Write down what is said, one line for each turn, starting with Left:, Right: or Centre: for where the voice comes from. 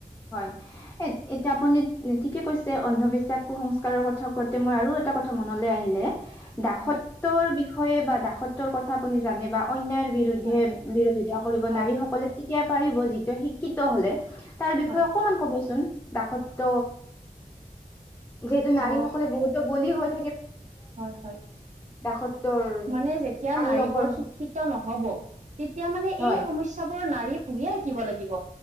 Left: হয় এ এতিয়া আপুনি ঠিকে কৈছে অন্ধবিশ্বাস কুসংস্কাৰৰ কথা কওঁতে মই আৰু এটা কথা মনলৈ আহিলে, দাসত্বৰ
Right: হয়
Left: বিষয়ে বা দাসত্বৰ কথা আপুনি জানে বা অন্যায় বিৰুদ্ধে
Right: হয় হয়
Left: বিৰোধিতা কৰিব
Right: হয়
Left: নাৰি সকলে তেতিয়া পাৰিব যিটোৱে শিক্ষিত হলে তাৰ বিষয়ে
Right: হয়
Left: অকমান কবচোন দাসত্ব যিহেতু নাৰীসকলে
Right: অ
Left: বহুতো বলি হয়।
Right: হয় হয়
Left: দাসত্বৰ
Right: মানে যেতিয়া
Left: আনলকৰ
Right: নাৰীবোৰ শিক্ষিত ন হব তেতিয়া মানে
Left: হয়
Right: এই সমস্যাবোৰ নাৰীয়ে ভুগিয়ে থাকিব লাগিব।